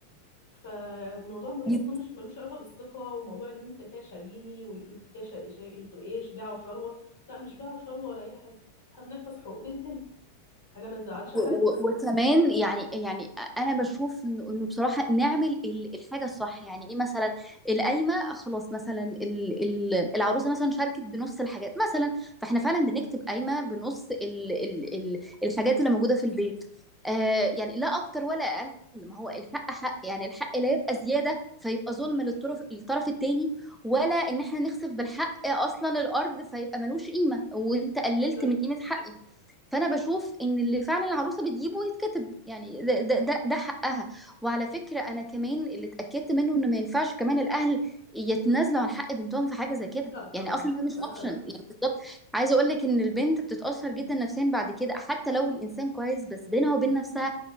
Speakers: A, on the left; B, in the centre.
A: فالموضوع بحس
B: ف
A: انه مش ملوش علاقه بالثقه وموضوع ان انت كده شاريني وانت كده شا- شا- انتوا ايه بيعه وشروه لا مش بيعه وشروه ولا اي حاجه احنا بنحفظ حقوق بنتنا حاجه ما تزعلش
B: و-
A: حد
B: و- وكمان يعني يعني انا بشوف انه إنه بصراحه نعمل ال- الحاجه الصح يعني ايه مثلا القايمه خلاص مثلا ال- ال- العروسه مثلا شاركت بنص الحاجات مثلا فاحنا فعلا بنكتب قايمه بنص ال ال ال الحاجات
A: بالظبط
B: اللي موجوده في البيت آه يعني لا اكتر ولا اقل ما هو الحق حق يعني الحق لا يبقى زياده فيبقى ظلم للطرف الطرف التاني ولا ان احنا نخسف بالحق اصلا الارض فيبقى ملوش قيمه وانت قللت
A: بالظبط
B: من قيمه حقي فانا بشوف ان اللي فعلا العروسه بتجيبه يتكتب يعني ده ده ده, ده حقها وعلى فكره انا كمان اللي اتاكدت منه ان ما ينفعش كمان الاهل يتنازلوا عن حق بنتهم في حاجه زي كده
A: لا طبعا
B: يعني اصلا ده مش
A: بصراحه
B: اوبشن
A: لا
B: يعني بالظبط عايزه اقول لك ان البنت بتتاثر جدا نفسيا بعد كده حتى لو الانسان كويس بس بينها وبين نفسها